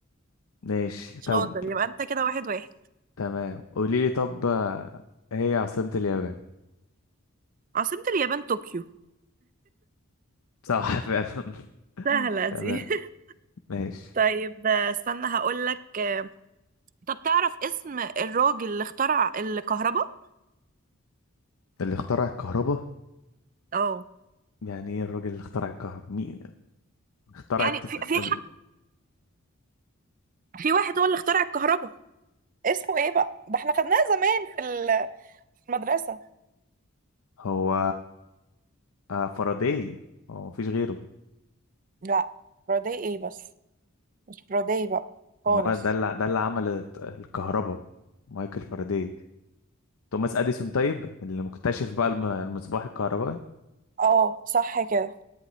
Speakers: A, on the left; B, on the right.
A: ماشي
B: شاطر
A: طب
B: يبقى انت كده واحد واحد
A: تمام قولي لي طب آه، هي عاصمة اليابان
B: عاصمة اليابان طوكيو
A: صح فعلا <laughs>
B: سهلة
A: تمام
B: دي <laughs>
A: ماشي
B: طيب آه، استنى هقول لك آه، طب تعرف اسم الراجل اللي اخترع الكهرباء؟
A: اللي اخترع الكهرباء
B: اه
A: يعني ايه الراجل اللي اخترع الكهرباء مين اخترع
B: يعني
A: التت...
B: في في
A: ال...
B: ح- في واحد هو اللي اخترع الكهرباء اسمه ايه بقى ده احنا خدناها زمان في ال- في المدرسة
A: هو آه فاراداي هو مفيش غيره
B: لا برودي ايه بس مش برودي بقى خالص
A: ما هو ده اللي ده اللي عمل الت- الكهرباء مايكل فاراداي توماس اديسون طيب اللي مكتشف بقى الم... المصباح الكهربائي
B: اه صح كده